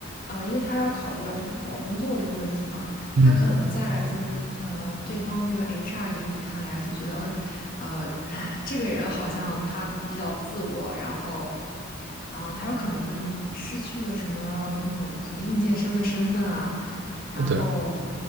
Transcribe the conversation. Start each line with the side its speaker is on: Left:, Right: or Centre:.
Left: 呃，因为他要考虑到就是找工作这个问题嘛，
Right: 嗯嗯，
Left: 他可能在就是呃，对方这个 HR 眼里看来就觉得，哎，呃，<laughs> 这个人好像他比较自我，然后，嗯、他有可能就是失去了什么那种什么应届生的身份啊，然后，
Right: 是的，